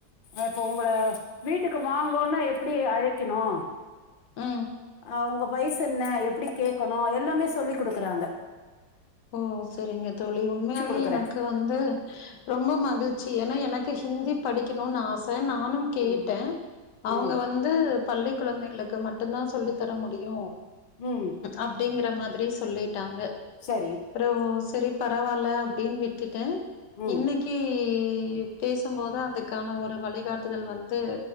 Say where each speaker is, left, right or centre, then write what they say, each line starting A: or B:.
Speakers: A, on the left; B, on the left.
A: இப்ப உங்கள வீட்டுக்கு வாங்கோங்னா எப்டி அழைக்கணு
B: ம்
A: அ உங்க வயசு என்ன எப்டி கேட்கணு எல்லாமே சொல்லி் குடுக்குறாங்க
B: ஓ செரிங்க தோழி உண்மையாவே
A: குடுக்குறே
B: எனக்கு வந்து ரொம்ப மகிழ்ச்சி ஏன்னா எனக்கு ஹிந்தி படிக்கணும்னு ஆச நானு கேட்டே
A: ம்
B: அவுங்க
A: ம்
B: வந்து பள்ளி குழந்தைகளுக்கு மட்டும்தா சொல்லி தர முடியு
A: ம்
B: அப்டிங்கற மாதிரி சொல்லிட்டாங்க
A: செரி
B: அப்றோ செரி பரவாயில்ல அப்டின் விட்டுட்டே
A: ம்
B: இன்னிக்கி கி பேசும்போதா அதுக்கான ஒரு வழிகாட்டுதல் வந்து